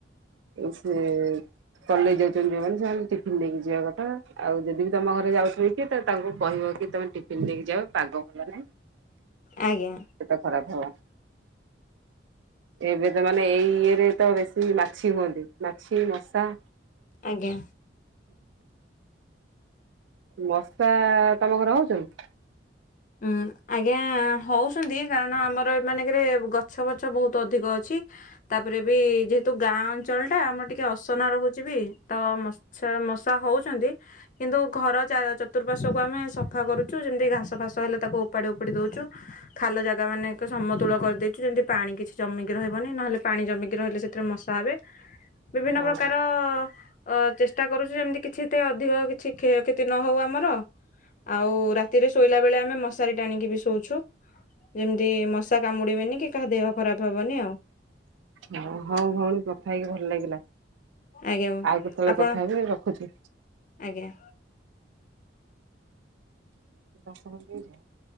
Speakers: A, on the right; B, on the left.
A: ଏ ସେ କଲେଇ ଯାଉଛନ୍ତି ଯୋଉମାନେ <unintelligible> ଟିଫିନ ନେଇକି ଯିବା କଥା। ଆଉ ଯଦି ବି ତମ ଘରେ ଯାଉଛନ୍ତି କି ତାଙ୍କୁ କହିବ କି ତମେ ଟିଫିନ ଦେଇକି ଯା ପାଗ ଭଲ ନାଇଁ।
B: ଆଜ୍ଞା।
A: <unintelligible> ଖରାପ ହବ। ଏବେ ତ ମାନେ ଏଇ ଇଏରେ ତ ବେଶୀ ମାଛି ହୁଅନ୍ତି ମାଛି ମଶା।
B: ଆଜ୍ଞା।
A: ମଶା ତମ ଘର ହଉଛନ୍ତି?
B: ଉଁ ଆଜ୍ଞା ହଉଛନ୍ତି କାରଣ ଆମର ଏ ମାନଙ୍କରେ ଗଛ ବଛ ବହୁତ ଅଧିକ ଅଛି। ତାପରେ ବି ଯେହେତୁ ଗାଁ ଅଞ୍ଚଳ ଟା, ଆମର ଟିକେ ଅସନା ରହୁଛି ବି। ତ ଆଛା ମଶା ହଉଛନ୍ତି କିନ୍ତୁ ଘର <unintelligible> ଚତୁର୍ପାର୍ଶ୍ୱ କୁ ଆମେ ସଫା କରୁଛୁ, ଯେମିତି ଘାସ ଫାସ ହେଲେ ତାକୁ ଉପାଡି ଉପାଡି ଦଉଛୁ। ଖାଲ ଜାଗା ମାନେ କ ସମତୁଳ କରିଦେଇଛୁ, ଯେମିତି ପାଣି କିଛି ଜମିକି ରହିବନି ନହେଲେ ପାଣି ଜମିକି ରହିଲେ ସେଥିରେ ମଶା ହେବେ। ବିଭିନ୍ନ
A: ହଁ
B: ପ୍ରକାର ଅ ଚେଷ୍ଟା କରୁଛୁ ଯେମିତି କିଛି ଏତେ ଅଧିକ କିଛି କ୍ଷୟ କ୍ଷ ନ ହଉ ଆମର, ଆଉ ରାତିରେ ଶୋଇଲା ବେଳେ ଆମେ ମଶାରୀ ଟାଣିକି ବି ଶୋଉ ଛୁ। ଯେମିତି ମଶା କାମୁଡିବେନି କି କାହା ଦେହ ଖରାପ ହବନି ଆଉ।
A: ହ ହଉ ଭଉଣୀ କଥା ହେଇକି ଭଲ ଲାଗିଲା।
B: ଆଜ୍ଞା
A: ଆଉ କେତେବେଳେ
B: ଆପଣ
A: କଥା ହେବି, ରଖୁଛି।
B: ଆଜ୍ଞା।
A: <unintelligible>